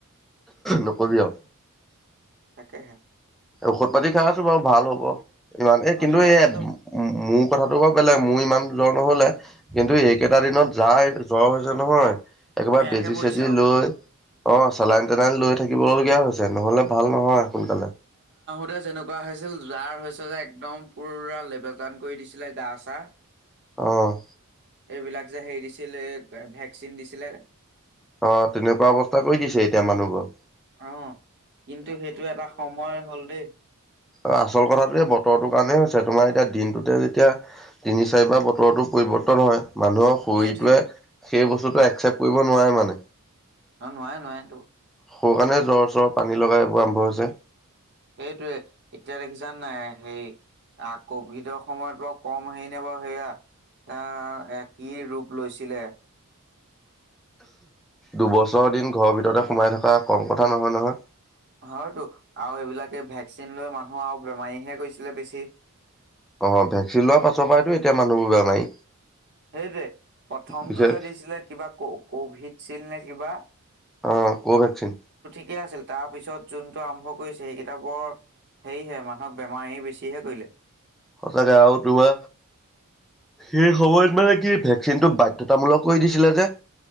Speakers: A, in the centre; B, on the right (about 50°).
A: নকবি আৰু।
B: তাকেহে।
A: ঔষধ পাতি খাই আছো বাৰু ভাল হ'ব। ইমান এই
B: অ
A: কিন্তু
B: তেতিয়া
A: এই
B: হৈ যাব
A: মোৰ কথাটো বাৰু বেলেগ মোৰ ইমান জ্বৰ নহলে কিন্তু এইকেইটা দিনত যাৰ জ্বৰ হৈছে নহয়। একেবাৰে
B: বেয়াকে
A: বেজি
B: পৰিছে
A: চেজি
B: আৰু
A: লৈ অ' চেলাইন
B: উম
A: তেলাইন লৈ থাকিব লগীয়া হৈছে। নহলে ভাল নহয় সোনকালে।
B: তে যেনেকুৱা হৈছিল যাৰ হৈছে যে একদম পুৰা লেবেজান কৰি দিছিলে গা চা।
A: অ'।
B: এইবিলাক যে হেৰি দিছিল এই ভেকচিন দিছিলে।
A: অ' তেনেকুৱা অৱস্থা কৰি দিছে এতিয়া মানুহবোৰক।
B: অ কিন্তু সেইটো এটা সময় হ'ল দেই।
A: আৰু আচল কথাটো বতৰটোৰ কাৰণে হৈছে তোমাৰ এতিয়া দিনটোতে যেতিয়া তিনি চাৰিবাৰ বতৰতো পৰিব। ন হয় মানুহৰ শৰীৰটোৱে
B: সেইটোৱে
A: সেই বস্তুটো একচেপ্ট কৰিব নোৱাৰে মানে।
B: অ'নোৱাৰে নোৱাৰেতো।
A: সেইকাৰণে জ্বৰ চ্বৰ পানী লগা এইবোৰ আৰম্ভ হৈছে।
B: সেইটোৱে, এতিয়া দেখিছানে নাই সেই আৰু কভিডৰ সময়ত বাৰু কম হেৰি নে বাৰু সেয়া। অ' এয়া কি ৰূপ লৈছিলে।
A: দু বছৰ দিন ঘৰৰ ভিতৰতে সোমাই থকা কম কথা নহয় নহয়।
B: হয়তো আৰু এইবিলাকে ভেকচিন লৈ মানুহ আৰু বেমাৰীহে কৰিছিলে বেছি
A: অ ভেকচিন লোৱাৰ পাছৰ পৰাইতো এতিয়া মানুহবোৰ বেমাৰী
B: সেইটোৱে প্ৰথমটো
A: বিশেষ
B: যে দিছিলে কিবা ক কভিড চিল্ড নে কিবা
A: অ ক ভেকচিন
B: শিকে আছিল তাৰ পিছত যোনটো আৰম্ভ কৰিছে সেইকেইটাপৰ সেয়হে মানুহক বেমাৰ এৰি বেছিহে কৰিলে
A: সঁচাকে আৰু তু বা সেই সময়ত মানে কি ভেকচিনটো বাধ্যয়তামূলক কৰি দিছিলে যে